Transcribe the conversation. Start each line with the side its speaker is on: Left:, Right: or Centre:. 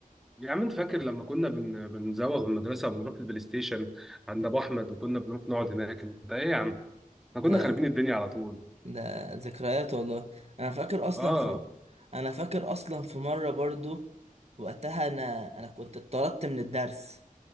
Centre: يا عم انت فاكر لما كنا بن... بنزوغ من المدرسه وبنروح البلاي ستيشن عند ابو احمد وكنا بنروح نقعد هناك انت ايه يا عم احنا كنا
Right: ده
Centre: خاربين الدنيا على طول
Right: ده ذكريات والله انا فاكر اصلا
Centre: اه
Right: في انا فاكر اصلا في مره برضو وقتها انا انا كنت اتطردت من الدرس